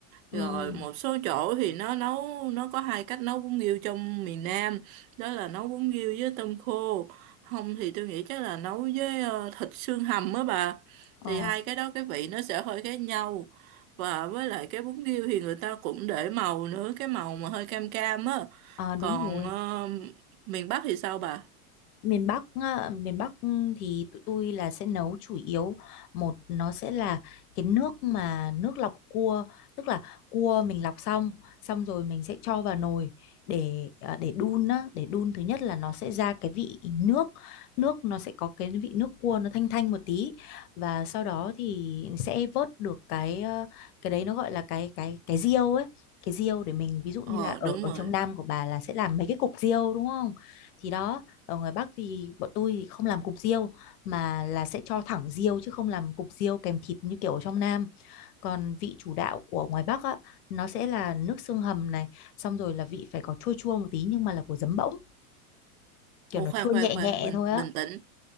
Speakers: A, on the left (about 75°); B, on the right (about 65°).
A: Ừ.
B: rồi một số chỗ thì nó nấu nó có hai cách nấu bún riêu trong miền Nam đó là nấu bún riêu với tôm khô không thì tôi nghĩ chắc là nấu với ờ, thịt xương hầm á bà
A: Ờ,
B: thì hai cái đó cái vị nó sẽ hơi khác nhau và với lại cái bún riêu thì người ta cũng để màu nữa cái màu mà hơi cam cam á
A: ờ, đúng
B: còn
A: rồi.
B: ờ, miền Bắc thì sao bà
A: miền Bắc á, miền Bắc ừ, thì tụi tôi là sẽ nấu chủ yếu một nó sẽ là cái nước mà nước lọc cua tức là cua mình lọc xong xong rồi mình sẽ cho vào nồi để à, để đun á để đun thứ nhất là nó sẽ ra cái vị nước nước nó sẽ có cái vị nước cua nó thanh thanh một tí và sau đó thì sẽ vớt được cái ờ, cái đấy nó gọi là cái cái cái riêu ấy cái riêu để mình ví dụ như
B: ờ
A: là ở
B: đúng
A: ở
B: rồi
A: trong Nam của bà là sẽ làm mấy cái cục riêu đúng không thì đó ở ngoài Bắc thì bọn tôi không làm cục riêu mà là sẽ cho thẳng riêu chứ không làm cục riêu kèm thịt như kiểu ở trong Nam. Còn vị chủ đạo của ngoài Bắc á, nó sẽ là nước xương hầm này, xong rồi là vị phải có chua chua một tí nhưng mà là của giấm bỗng, kiểu
B: ủa
A: nó
B: khoan
A: chua
B: khoan
A: nhẹ
B: khoan
A: nhẹ
B: bình
A: thôi
B: bình
A: á.
B: tĩnh